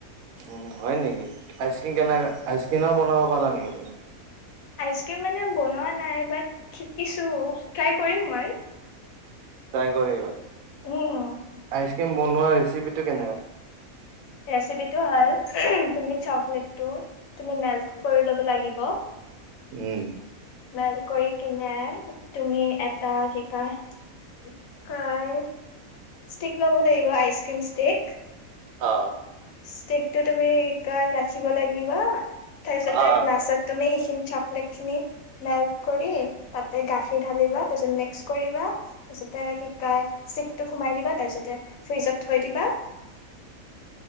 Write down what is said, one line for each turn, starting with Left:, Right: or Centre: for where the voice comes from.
Right: উম হয় নেকি? আইচক্ৰীন কেনেকা আইচক্ৰীনৰ বনাব পৰা নেকি তুমি?
Left: আইচ ক্ৰীম মানে বনোৱা নাই, বাট শিকিছোঁ, ত্ৰাই কৰিম মই।
Right: তাই কৰিবা?
Left: উম
Right: আইচক্ৰীিম বনোৱা ৰেচিপি টো কেনেকা?
Left: ৰেচিপিটো হ'ল তুমি চকলেটটো তুমি মেল্ট কৰি ল'ব লাগিব।
Right: উম।
Left: মেলট কৰি কিনে তুমি এটা কি কয় ষ্টিক ল'ব লাগিব আইচকিম ষ্টিক।
Right: অ।
Left: ষ্টিকটো তুমি ৰাখিব লাগিব। তাৰপিছতে
Right: অ
Left: গ্লাছত তুমি সেইখিন চকলেট খিনি মেল্ক কৰি, তাতে গাখীৰ ঢালিবা তাৰপিছ মিক্স কৰিবা। তাৰপিছতে কি কয় ষ্টিকটো সোমাই দিবা তাৰপিছতে ফ্ৰিজত থৈ দিবা।